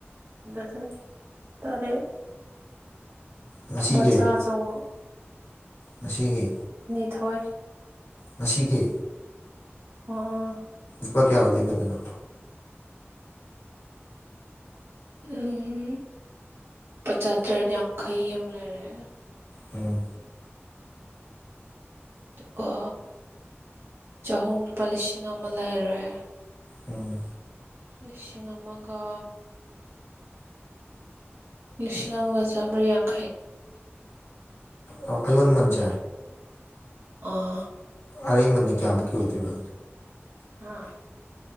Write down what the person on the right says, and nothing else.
ꯗꯖꯟ ꯇꯔꯦꯠ
ꯃꯆꯥꯥ ꯑꯆꯧꯕ
ꯊꯣꯏ
ꯑꯣ
ꯎꯝ ꯄꯆꯥꯥꯇꯔꯦꯠ ꯌꯥꯡꯈꯩ ꯑꯝ ꯂꯩꯔꯦ
ꯑꯗꯨꯒ ꯆꯍꯨꯝ ꯂꯨꯄꯥ ꯂꯤꯁꯤꯡ ꯑꯃ ꯂꯩꯔꯦ
ꯂꯤꯁꯤꯡ ꯑꯃꯒ ꯂꯤꯁꯤꯡ ꯑꯃꯒ ꯆꯥꯝꯔꯤ ꯌꯥꯡꯈꯩ
ꯑꯥ
ꯑꯥ